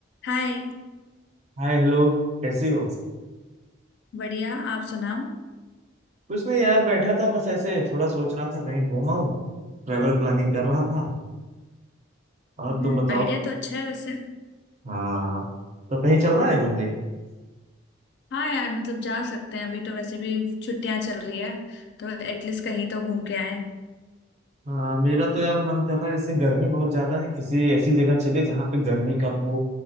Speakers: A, on the left; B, on the right.
A: हाय
B: हाय hello कैसी हो
A: बढ़िया आप सुनाओ
B: कुछ नहीं यार बैठा था बस ऐसे थोड़ा सोच रहा था कहीं घूमा हूँ ट्रैवल प्लानिंग कर रहा था और
A: हम्म
B: तुम बताओ
A: आइडिया तो अच्छा है वैसे
B: हाँ तो कहीं चलना है घूमने
A: हाँ यार मतलब जा सकते हैं अभी तो वैसे भी छुट्टियां चल रही है तो एटलीस्ट कहीं तो घूम के आए
B: हाँ मेरा तो यार मन कर रहा है जैसे गर्मी बहुत ज्यादा है किसी ऐसी जगह चले जहाँ पे गर्मी कम हो